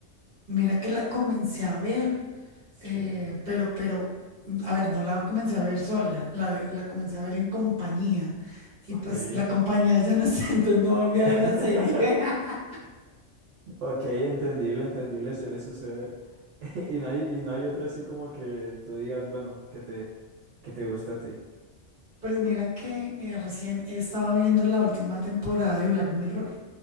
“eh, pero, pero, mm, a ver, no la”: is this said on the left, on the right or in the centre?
Right